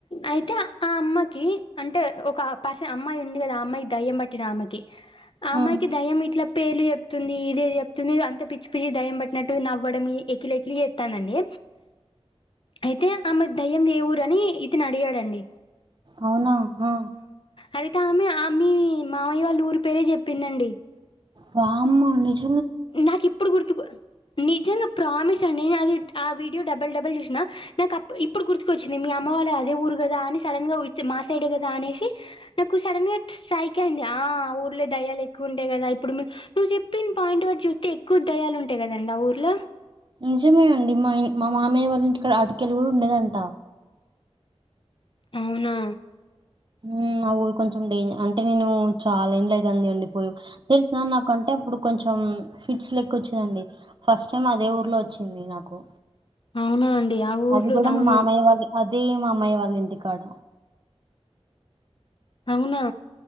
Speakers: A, on the left (about 50°); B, on the right (about 45°).
A: అయితే ఆ అమ్మ కి అంటే ఒక పర్సన్ అమ్మాయి ఉంది కదా అమ్మాయి దయ్యం పట్టిన ఆమెకి ఆ
B: హ్మ్.
A: అమ్మాయికి దయ్యం ఇట్లా పేర్లు చెప్తుంది, ఇదేది చెప్తుంది అంత పిచ్చి పిచ్చి దయం పట్టినట్టు నవ్వడం ఎకిలి, ఎకిలి చెత్తదండి. అయితే ఆమె దయ్యం ఏ ఊవురని ఇతను అడిగాడండి.
B: అవునా ఆ
A: అడిగితే ఆమె ఆ మీ మావయ్య వాళ్ళ ఊరి పేరే చెప్పిందండి.
B: వామ్మో నిజ
A: నాకు ఇప్పుడు గుర్తుకు నిజంగా ప్రామిస్ నేను అది ఆ వీడియో డబల్ డబల్ చూసిన నాకు అప్ ఇప్పుడు గుర్తుకొచ్చింది. మీ అమ్మ వాళ్ళ అదే ఊరు కదా అని సడన్ గా ఉహించు మా సైడ్ కదా అనేసి నాకు సడన్ గా స్ట్రైక్ అయింది ఆ ఆ ఊర్లో దయ్యాలు ఎక్కు ఉంటాయి కదా ఇప్పుడు నువ్వు చెప్పి పాయింట్ వాటి చూస్తే ఎక్కువ దయ్యాలు ఉంటాయి కదండి ఆ ఊర్లో.
B: నిజమేండి మాయని మా మామయ్య వారి ఇంటిక్కడ అటికలుగు ఉండేదంట.
A: అవునా
B: ఉమ్ ఆ ఊరు కొంచెం డేం అంటే నేను చాలా ఏండ్లు అయితంది పోయి తెలుసా నాకంటే ఇప్పుడు కొంచెం ఫిట్స్ లెక్క వచ్చిదండి ఫస్ట్ టైం అదే ఊర్లో వచ్చింది నాకు
A: అవునా అండి ఆ ఊర్లో
B: అది గూడా
A: నవును
B: మా మామయ్య వాళ్ళ అదే మా అమ్మయ వాళ్ళ ఇంటి కాడ
A: అవునా